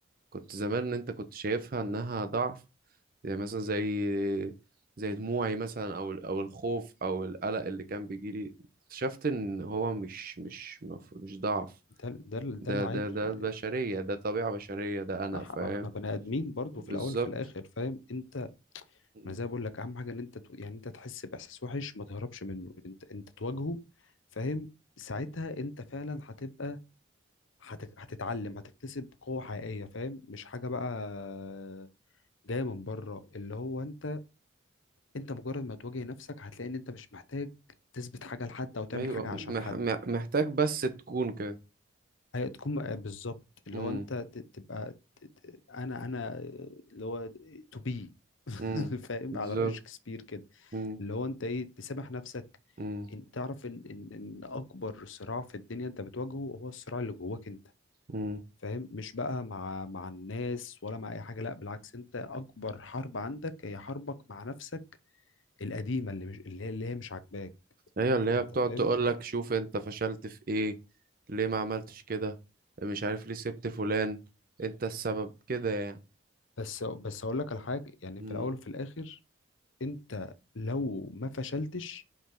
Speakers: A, on the right (about 45°); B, on the left (about 70°).
A: كنت زمان ان انت كنت شايفها انها ضعف يعني مثلا زي زي دموعي مثلا او او الخوف او القلق اللي كان بيجيلي اكتشفت ان هو مش مش مف- مش ضعف
B: ده ده
A: ده
B: ده العادي
A: ده ده
B: يعني
A: بشرية ده طبيعة بشرية ده انا
B: ما ح-
A: فاهم
B: ما احنا بني ادمين برضو
A: بالظبط
B: في الاول وفي الاخر فاهم انت
A: مم.
B: ما زي ما بقول لك اهم حاجه ان انت تو- يعني انت تحس باحساس وحش ما تهربش منه انت انت تواجهه فاهم ساعتها انت فعلا هتبقى هتك- هتتعلم هتكتسب قوة حقيقية فاهم مش حاجة بقى جاية من بره اللي هو انت انت مجرد ما تواجه نفسك هتلاقي ان انت مش محتاج تثبت حاجه لحد او تعمل
A: ايوه
B: حاجه
A: مح
B: عشان حد
A: مح- محتاج بس تكون كده
B: فهتكون بالظبط اللي
A: امم
B: هو انت ت- تبقى ت- ت- انا انا اللي هو تو بي <laughs>
A: امم
B: فاهم
A: بالظبط
B: على رأي شكسبير كده
A: امم
B: اللي هو انت ايه تسامح نفسك
A: امم
B: ان تعرف ان ان ان اكبر صراع في الدنيا انت بتواجهه هو الصراع اللي جواك انت
A: امم
B: فاهم مش بقى مع مع الناس ولا مع اي حاجه لا بالعكس انت اكبر حرب عندك هي حربك مع نفسك القديمه اللي مش اللي هي اللي هي مش عاجباك
A: هي
B: انت
A: اللي
B: انت
A: هي بتقعد
B: فاهم
A: تقول لك شوف انت فشلت في ايه ليه ما عملتش كده مش عارف ليه سبت فلان انت السبب كده
B: بس بس اقول لك على حاجه يعني
A: يعني
B: في الاول وفي الاخر انت لو ما فشلتش